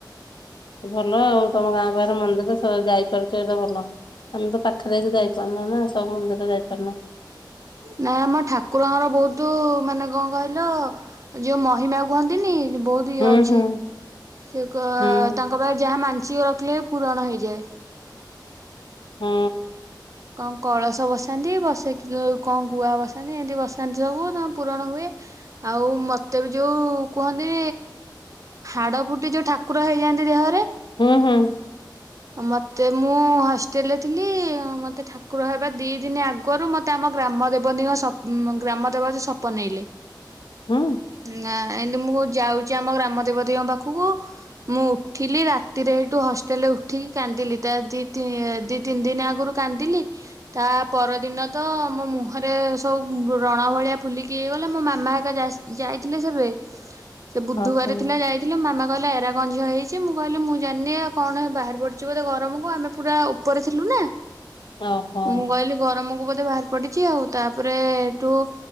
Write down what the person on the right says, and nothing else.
ନାଁ ଆମ ଠାକୁର ଙ୍କ ବୋଉତୁ ମାନେ କଣ କହିଲ ଯୋଉଁ ମହିମା କୁହନ୍ତିନି। ବହୁତ ଇଏ
ଅଛି
ସେ ଏହା
ମାନସିକ ରଖିଲେ ପୂରଣ ହେଇଯାଏ।
କଣ କଳସ ବସାନ୍ତି ବସେଇ କଣ ଗୁଆ ବସାନ୍ତି ଏମିତି ବସାନ୍ତି ସବୁ ତା ପୂରଣ ହୁଏ। ଆଉ ମତେ ବି ଯୋଉ କୁହନ୍ତି। ହାଡ ଫୁଟି ଯୋଉ ଠାକୁର ହେଇଯାଆନ୍ତି ଦେହରେ
ମତେ ମୁଁ ହଷ୍ଟେଲରେ ଥିଲି ମତେ ଠାକୁର ହେବା ଦି ଦିନ ଆଗରୁ ମତେ ଆମ ଗ୍ରାମ ଦେବତୀଙ୍କ ସ ଗ୍ରାମ ଦେବତୀ ସପନେଇଲେ
ନାଁ ଆତି ମୁଁ ଯାଉଛି ଆମ ଗ୍ରାମ ଦେବ ଦେଙ୍କ ପାଖକୁ ମୁଁ ଉଠିଲି ରାତିରେ ହେଠୁ ହଷ୍ଟେଲେ ଠିକ କାନ୍ଦିଲି ତା ଦି ଦି ତିନି ଦିନ ଆଗରୁ କାନ୍ଦିଲି ତା ପରଦିନ ତ ମୋ ମୁହଁରେ ସବୁ ବଣ ଭଳିଆ ଫୁଲିକି ହେଇଗଲେ ମୋ ମାମା ହେକା ଯାଇଥିଲେ ସେବେ ସେ ବୁଧବାର
ଥିଲା ଯାଇଥିଲେ ମାମା କହିଲେ ଏରା କଣ ଝିଅ ହେଇଛି ମୁଁ କହିଲି ମୁଁ ଜାଣିନି ଆ କଣ ବାହାର ବୋଧେ ଗରମକୁ ଆମେ ପୁରା ଉପରେ ଥିଲୁ ନା
ମୁଁ କହିଲି ଗରମକୁ ବ ବାହାରି ପଡିଛି ଆଉ ତାପରେ ଏଠୁ